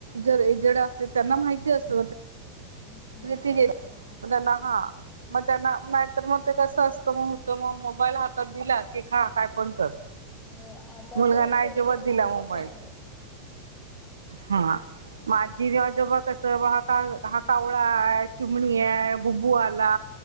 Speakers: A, on the right; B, on the left.
A: ज जडे असले त्यांना माहिती असत.
B: माहित
A: त मग
B: असत हो.
A: त्यांना हा मग त्यांना तर मग ते कसं असतं मग होत मग मोबाईल हातात दिला की खा काय पण कर.
B: हो आता
A: मुलगा
B: तर
A: नाही
B: सगळीकडे
A: जेवला, दिला
B: तेच
A: मोबाईल.
B: चालू आहे.
A: हा. अजी आजोबा कस हा का हा कावळा आहे, चिमणी आहे, बुबू आला.